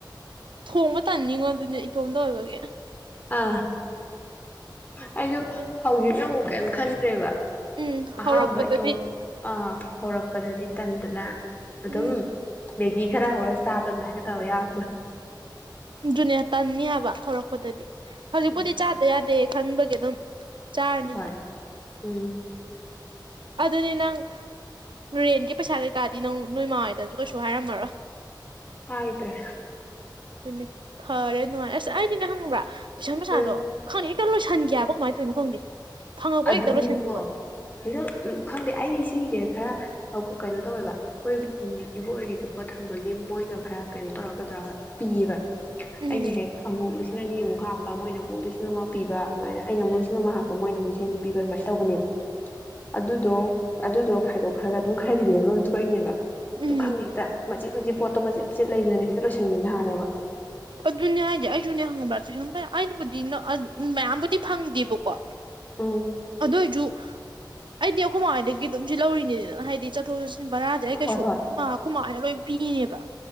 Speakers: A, on the right; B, on the left.
A: ꯊꯣꯡꯉ ꯇꯥꯅꯤꯡꯉꯣ ꯑꯗꯨꯅꯦ ꯏꯇꯣꯝꯇ ꯑꯣꯏꯕꯒꯤ
B: ꯑ ꯑꯩꯁꯨ ꯍꯧꯖꯤꯛꯅ ꯑꯃꯨꯛ ꯀꯩꯝ ꯈꯟꯗ꯭ꯔꯦꯕ
A: ꯎꯝ
B: ꯑꯍꯥꯝꯕ
A: ꯍꯧꯔꯛꯄꯗꯗꯤ
B: ꯏꯇꯣꯝ ꯑ ꯍꯧꯔꯛꯄꯗꯗꯤ ꯇꯟꯗꯅ ꯑꯗꯨꯝ
A: ꯎꯝ
B: ꯃꯦꯒꯤ ꯈꯔ ꯍꯧꯔ <unintelligible>
A: ꯑꯗꯨꯨꯅꯦ ꯇꯟꯅꯤ ꯍꯥꯏꯕ ꯍꯧꯔꯛꯄꯗꯗꯤ ꯍꯧꯖꯤꯛꯄꯨꯗꯤ
B: ꯎꯝ
A: ꯆꯥꯗ ꯌꯥꯗꯦ ꯈꯟꯕꯒꯤ ꯑꯗꯨꯝ <unintelligible> ꯆꯥꯔꯅꯤꯅ
B: ꯍꯣꯏ ꯎꯝ
A: ꯑꯗꯨꯅꯦ ꯅꯪ ꯔꯦꯟꯒꯤ ꯄꯩꯁꯥ ꯀꯩꯀꯥꯗꯤ ꯅꯪ ꯅꯣꯏꯃꯥ ꯍꯣꯏꯗꯁꯨ ꯀꯩꯁꯨ ꯍꯥꯏꯔꯝꯃꯔꯣꯏ
B: ꯍꯥꯏꯗ꯭ꯔꯦ
A: ꯑꯗꯨꯅꯦ ꯐꯔꯦ ꯅꯨꯡꯉꯥꯏꯔꯦ ꯑꯁ ꯑꯩꯗꯤꯅꯦ ꯍꯪꯕ꯭ꯔꯥ ꯇꯨꯏꯁꯟ ꯄꯩꯁꯥꯗꯣ
B: ꯎꯝ
A: ꯈꯪꯗꯦ ꯍꯦꯛꯇ ꯂꯣꯏꯁꯟꯒꯤ ꯍꯥꯏꯕ ꯀꯃꯥꯏꯇꯧꯏꯅꯣ ꯈꯪꯗꯦ ꯐꯪꯉꯛꯄ
B: ꯑꯗꯨꯅꯤꯕꯣ
A: ꯍꯦꯛꯇ ꯂꯣꯏꯁꯟꯒꯤꯕ
B: ꯍꯟꯗꯛ ꯎꯃ ꯈꯪꯗꯦ ꯑꯩ ꯁꯤꯁꯦ ꯈ꯭ꯔ ꯀꯩꯅꯣ ꯇꯧꯋꯦꯕ ꯑꯩꯈꯣꯏ ꯎ ꯏꯕꯣꯛꯈꯣꯏꯒꯤꯁꯨ ꯄꯣꯠ ꯊꯝꯕꯒꯤ ꯃꯣꯏꯒ ꯈ꯭ꯔ ꯀꯩꯅꯣ ꯇꯧꯔꯒ ꯇꯧꯔꯒ ꯄꯤꯌꯦꯕ
A: ꯎꯝ
B: ꯑꯩꯅ ꯍꯦꯛ ꯑꯃꯨꯛ- ꯂꯤꯁꯤꯡ ꯑꯅꯤꯃꯨꯛ ꯍꯥꯞꯄ ꯃꯣꯏꯅ ꯑꯃꯨꯛ ꯂꯤꯁꯤꯡ ꯑꯃ ꯄꯤꯕ ꯑꯗꯨꯃꯥꯏꯅ ꯑꯩꯅ ꯃꯣꯏ <unintelligible> <unintelligible> ꯑꯗꯨꯃꯥꯏ ꯇꯧꯕꯅꯦꯕ ꯑꯗꯨꯗꯣ ꯑꯗꯨꯗꯣ ꯈꯥꯏꯗꯣꯛꯈ꯭ꯔꯒ ꯑꯗꯨꯝ ꯈ꯭ꯔꯗꯤ ꯂꯦꯝꯕꯝ ꯊꯣꯛꯏꯅꯦꯕ
A: ꯎꯝ
B: ꯇꯣ ꯈꯪꯗꯦ ꯍꯦꯛꯇ ꯃꯆꯤꯠ ꯃꯆꯤꯠ ꯄꯣꯠꯇꯣ ꯃꯆꯤꯠ- ꯆꯤꯠ ꯂꯩꯕꯗꯅꯦ ꯍꯦꯛꯇ ꯂꯣꯏꯁꯟ ꯒꯤꯕꯅ ꯍꯦꯛꯇ ꯍꯥꯜꯂꯦꯕ
A: ꯑꯗꯨꯨꯅꯦ ꯍꯥꯏꯁꯦ ꯑꯩꯁꯨꯅꯦ ꯈꯪꯕ꯭ꯔ ꯇꯨꯏꯁꯟ ꯄꯩꯁꯥ ꯑꯩꯕꯨꯗꯤ ꯅꯛꯑ- ꯃꯌꯥꯝꯕꯨꯗ ꯗꯤ ꯐꯪꯗꯦꯕꯀꯣ
B: ꯎꯝ
A: ꯑꯗꯨ ꯑꯣꯏꯖꯨ ꯑꯩꯗꯤ ꯑꯩꯈꯣꯏ ꯃꯥ ꯍꯣꯏꯗꯒꯤ ꯑꯗꯨꯝ ꯁꯤ ꯂꯧꯔꯤꯅꯤꯗꯅ ꯍꯥꯏꯗꯤ ꯆꯠꯊꯣꯛ ꯆꯠꯁꯤ ꯕꯔꯥꯁꯦ ꯑꯩ ꯀꯩꯁꯨ
B: ꯍꯣꯏ ꯍꯣꯏ
A: ꯑꯩꯈꯣꯏ ꯃꯥ ꯍꯣꯏꯅ ꯂꯣꯏ ꯄꯤꯔꯤꯅꯦꯕ